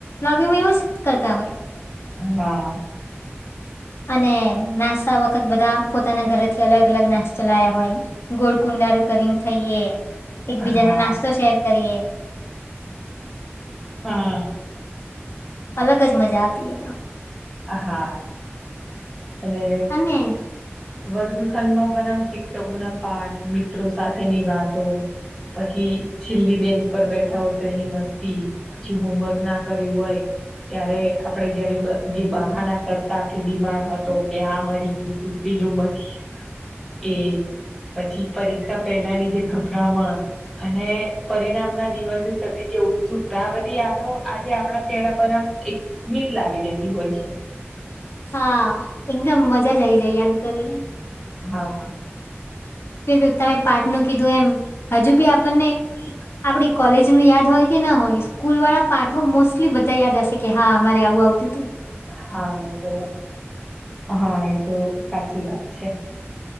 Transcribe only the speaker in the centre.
હા.
હા
હા.
હા અને
વર્ગખંડમાં પણ આમ શિક્ષકોના પાઠ મિત્રો સાથેની વાતો પછી છેલ્લી બેન્ચ પર બેઠા હોય તો એની મસ્તી. પછી હોમવર્ક ના કર્યું હોય ત્યારે આપડે જયારે બ જે બહાનાં કરતા કે બીમાર હતો કે આ મરી ગયું હતું, પેલું મરી ગયું. એ પછી પરીક્ષા પહેલાની જે ગભરામણ. અને પરિણામના દિવસે થતી જે ઉત્સુકતા આ બધી યાદો આજે આપણા ચેહરા પર આમ એ સ્મિત લાવી દેતી હોય છે.
હા.
હા એ તો હા એ તો સાચી વાત છે.